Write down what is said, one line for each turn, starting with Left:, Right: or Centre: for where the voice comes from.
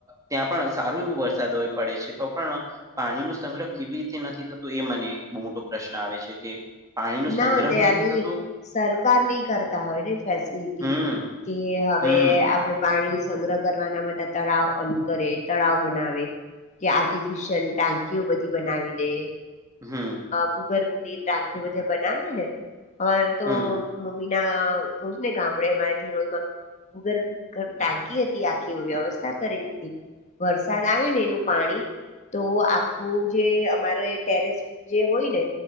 Right: ત્યાં પણ સારું એવું વરસાદ હો પડે છે તો પણ. પાણીનો સંગ્રહ કેવી રીતે નથી થતો એ મને બહુ મોટો પ્રશ્ન આવે છે કે પાણી નો સંગ્રહ
Left: ના ત્યાંની
Right: નથી થતો.
Left: સરકાર ન કરતી
Right: હમ
Left: કે હવે
Right: હમ
Left: આપણે પાણી સંગ્રહ કરવાના તળાવ અલુ કરે તળાવ બનાવે કે આર્ટિફિશિયલ ટાંકીઓ બધી બનાવી દે
Right: હમ.
Left: ભૂગર્ભની ટાંકી બધે બનાવે ને અરે તો
Right: હમ
Left: મમ્મી ના કઉ છે ને ગામડેમાં ધીનોજમાં ભૂગભ ટાકી હતી આખી વ્યવસ્થા કરેલી હતી વરસાદ આવે ને એનું પાણી તો આખું જે અમારે ટેરેસ જે હોય ને